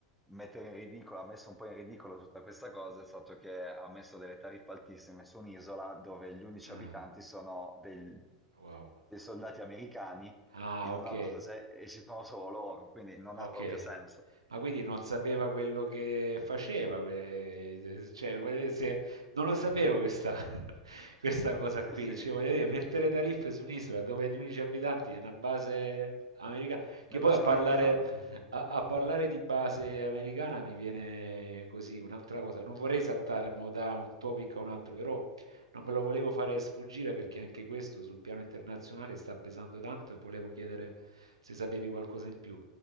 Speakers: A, in the centre; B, on the right (about 80°).
A: mettere in ridicolo, ha messo un po' in ridicolo tutta questa cosa, è stato che ha messo delle tariffe altissime su un'isola dove gli unici
B: ah,
A: abitanti sono del-
B: wow.
A: dei soldati americani
B: Ah,
A: in
B: ok.
A: una base e ci sono solo loro, quindi non
B: Ok.
A: ha proprio senso.
B: Ma quindi non sapeva quello che faceva, que- cioè, voglio dire, se- non lo sapevo questa, <laughs> questa cosa
A: Sì,
B: qui,
A: sì,
B: cioè, voglio dire, mettere tariffe su un'isola dove gli unici abitanti è una base americana, che
A: nell'Oceano
B: poi a parlare,
A: Indiano.
B: a, a parlare di base americana mi viene così un'altra cosa, non vorrei saltare mo da un topic a un altro, però non me lo volevo fare sfuggire perché anche questo sul piano internazionale sta pesando tanto e volevo chiedere se sapevi qualcosa in più.